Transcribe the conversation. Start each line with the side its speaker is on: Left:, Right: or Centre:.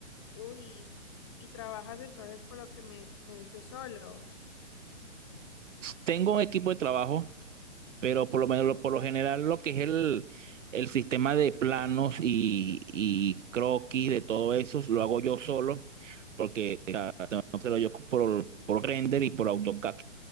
Left: Uy, y trabajas entonces por lo que me, me dices solo.
Right: Tengo un equipo de trabajo pero por lo menos lo- por lo general lo que es el, el sistema de planos y, y croquis de todo eso lo hago yo solo, porque pero yo por, por render y por AutoCAD.